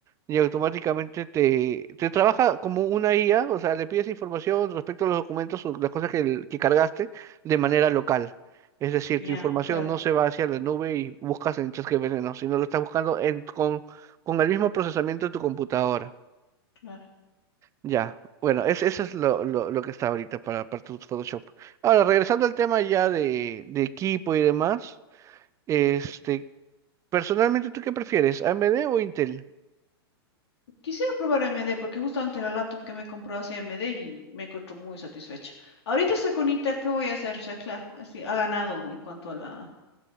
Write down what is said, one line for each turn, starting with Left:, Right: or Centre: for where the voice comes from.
Right: y automáticamente te, te trabaja como una IA, o sea, le pides información respecto a los documentos o las cosas que, el- que cargaste de manera local. Es decir,
Left: Ya,
Right: tu información
Left: claro,
Right: no se va hacia la nube y buscas en ChatGPT, no, sino lo estás buscando en, con, con el mismo procesamiento de tu computadora.
Left: claro.
Right: Ya, bueno, es, eso es lo, lo, lo que está ahorita para, para tu Photoshop. Ahora, regresando al tema ya de, de equipo y demás, este, personalmente, ¿tú qué prefieres, AMD o Intel?
Left: Quisiera probar AMD porque justamente la laptop que me compró hace AMD y me encuentro muy satisfecha. Ahorita estoy con Intel, ¿qué voy a hacer? O sea, claro, así ha ganado en cuanto a la